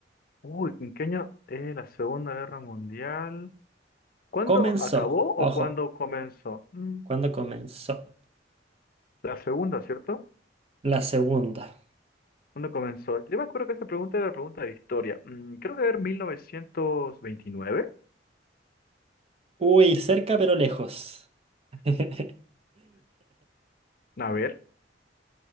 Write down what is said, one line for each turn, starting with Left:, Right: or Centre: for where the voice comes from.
Left: Uy, ¿en qué año es la Segunda Guerra Mundial? ¿Cuándo
Right: Comenzó,
Left: acabó o
Right: ojo,
Left: cuándo comenzó? Mm,
Right: ¿cuándo comenzó?
Left: la segunda, ¿cierto?
Right: La segunda.
Left: ¿Cuándo comenzó? Yo me acuerdo que esa pregunta era la pregunta de historia. Mm, creo que era 1929.
Right: Uy, cerca pero lejos. <laughs>
Left: A ver.